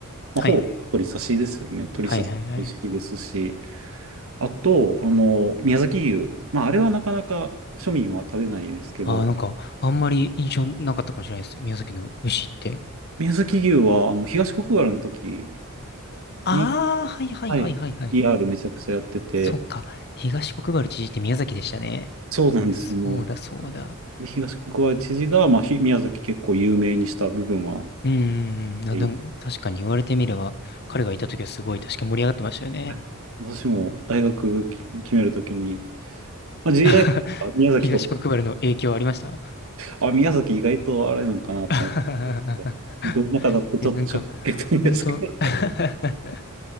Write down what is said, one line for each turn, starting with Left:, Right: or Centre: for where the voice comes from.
Right: まあ、
Left: はいはい。
Right: ほぼ鶏刺しですよね。鶏刺し美味しいですし、
Left: はいはいはい。
Right: あと、あの、宮崎牛。まあ、あれはなかなか庶民は食べないですけど、
Left: ああ、なんかあんまり印象なかったかもしれないです。宮崎の牛って。
Right: 宮崎牛は、あの、東国原の時
Left: ああ、
Right: に、
Left: はいはいはいはいはい。
Right: はい。PR めちゃくちゃやってて、
Left: そっか。東国原知事って宮崎でしたね。
Right: そうなんですよね。
Left: そうだそうだ。
Right: で東国原知事が、まあ、ひ宮崎結構有名にした部分は、
Left: うんうんうん。あ、
Right: えー
Left: でも確かに言われてみれば、彼がいた時はすごい確か盛り上がってましたよね。
Right: はい私も大学き決めるときに、まあ、G
Left: <laughs>
Right: 大学は宮崎とか、
Left: 東国原の影響ありました
Right: あ、宮崎意外とあれなんかなと思って、
Left: <laughs>
Right: ど田舎だってちょっとショック受けたんですけど、
Left: いや、なんか、ほんと、<laughs>